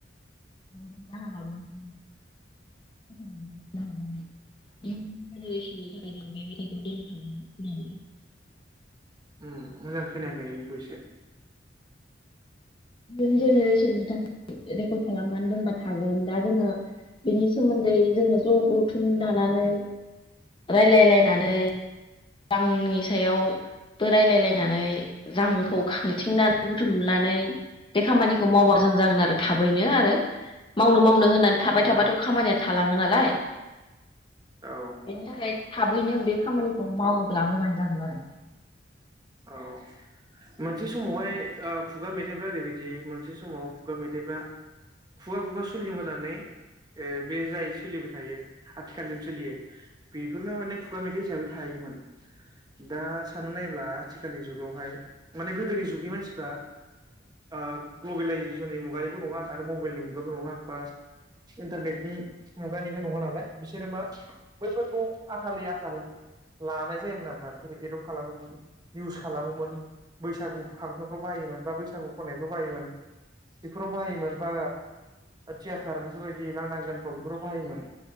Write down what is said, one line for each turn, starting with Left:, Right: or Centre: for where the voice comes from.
Left: <unintelligible>
Right: ओम मोजां खोनायाखै इनिखौ एसे।
Left: इउन जेनेरेसेननि थाखाय रेकर्ड खालामनानै दोनबा थागोन दा जोङो बेनि सोमोन्दै जोङो ज' गौथुन दानानै रायलायलायनानै। आंनि सायावबो रायलायलायनानै। जांखौ थिंना बुथुमनानै बे खामानिखौ मावबा मोजां जागोन आरो थाबैनो आरो मावनो मावनो होननानै थाबाय
Right: उम
Left: थाबाथ' खामानिया थालाङो नालाय
Right: औ
Left: बेनि थाखाय थाबैनो बे खामानि मावोब्ला मोजां जागोन आरो
Right: औ मोनसे समावहाय ओ खुगा मेथाइफ्रा ओरैबायदि मोनसे समाव खुगा मेथाइफ्रा खुगा खुगा सोलिबोनानै ओ बे जाय सोलिबाय थायो आथिखालसिम सोलियो बेफोरनो माने खुगा मेथाइ हिसाबै थायोमोन दा साननो नायब्ला आथिखालनि जुगावहाय माने गोदोनि जुगनि मानसिफ्रा ओ ग्लबेलाइजेसननि मुगानिबो नङा आरो मबाइलनि मुगाबो नङा बा इन्टारनेटनि मुगानिबो नङा नालाय बिसोरो मा बैफोरखौ आथाललि आथाल लानाय जायोमोन आरोना बिसोरो एदपट खालामोमोन निउस खालामोमोन बैसागु खां फ्राव बाहायोमोन बा बैसागु खनायफ्राव बाहायोमोन बेफोराव बाहायोमोन बा थियाटार बेफोरबायदि लांदां गानफ्राव बेफोराव बाहायोमोन